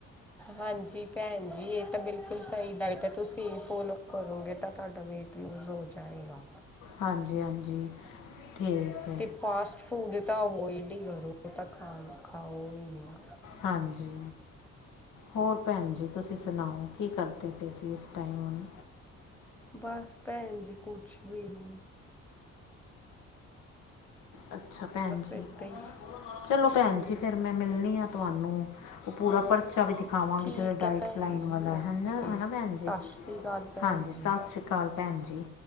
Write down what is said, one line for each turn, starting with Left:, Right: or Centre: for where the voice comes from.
Centre: ਹਾਂਜੀ ਭੈਣ ਜੀ ਇਹ ਤਾਂ ਬਿਲਕੁਲ ਸਹੀ ਡਾਈਟ ਹੈ ਤੁਸੀਂ ਇਹੀ ਫੋਲੋ ਕਰੋਗੇ ਤਾਂ ਤੁਹਾਡਾ ਵੇਟ। ਲੂਜ਼ ਹੋ ਜਾਏਗਾ।
Left: ਹਾਂਜੀ ਹਾਂਜੀ ਠੀਕ ਏ।
Centre: ਤੇ ਫਾਸਟ ਫੂਡ ਤਾਂ ਅਵੋਇਡ ਹੀ ਕਰੋ ਉਹ ਤਾਂ ਖਾਓ ਖਾਓ ਹੀ ਨਾ।
Left: ਹਾਂਜੀ, ਹੋਰ ਭੈਣ ਜੀ ਤੁਸੀਂ ਸੁਣਾਓ। ਕੀ ਕਰਦੇ ਪਏ ਸੀ ਇਸ ਟਾਈਮ ਹੁਣ।
Centre: ਬਸ ਭੈਣ ਜੀ, ਕੁਛ ਵੀ ਨੀ।
Left: ਅੱਛਾ, ਭੈਣ
Centre: ਏਦਾਂ
Left: ਜੀ।
Centre: ਹੀ
Left: ਚਲੋ ਭੈਣ ਜੀ, ਫਿਰ ਮੈਂ ਮਿਲਣੀ ਆਂ ਤੁਹਾਨੂੰ ਉਹ ਪੂਰਾ। ਪਰਚਾ ਵੀ ਦਿਖਾਵਾਂਗੀ।
Centre: ਠੀਕ
Left: ਜਿਹੜਾ ਡਾਇਟ
Centre: ਹੈ ਭੈਣ
Left: ਪਲਾਈਨ
Centre: ਜੀ
Left: ਵਾਲਾ
Centre: ਓਕੇ
Left: ਹੈ ਨਾ ਹੈ ਨਾ ਭੈਣ
Centre: ਸਤਿ
Left: ਜੀ
Centre: ਸ਼੍ਰੀ ਅਕਾਲ ਭੈਣ
Left: ਹਾਂਜੀ
Centre: ਜੀ
Left: ਸਤਿ ਸ਼੍ਰੀ ਅਕਾਲ। ਭੈਣ ਜੀ।